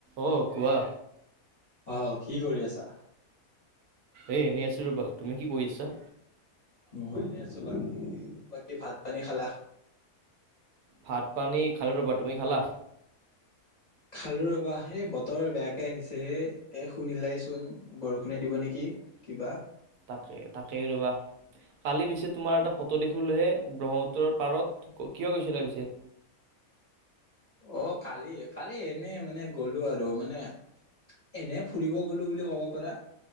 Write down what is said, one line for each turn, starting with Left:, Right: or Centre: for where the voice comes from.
Right: অ কোৱা।
Left: আহ কি কৰি আছা?
Right: এ এনেই আছোঁ ৰবা তুমি কি কৰি আছা।
Left: মইয়ো এনেই আছো বাকী বাকী ভাত পানী খালা।
Right: ভাত পানী খালো ৰ'বা তুমি খালা।
Left: খালো ৰবা সেই বতৰ বেয়াকে আহিছে হে এ শুনিলাই চোন বৰষুণে দিব নেকি কিবা?
Right: তাকেই তাকেই ৰ'বা কালি পিছে তোমাৰ এটা ফটো দেখিলোহে ব্ৰহ্মপুত্ৰৰ পাৰত কিয় গৈছিলা পিছে?
Left: অ কালি কালি এনেই মানে গ'লো আৰু মানে এনে ফুৰিব গ'লো বুলি ক'ব পাৰা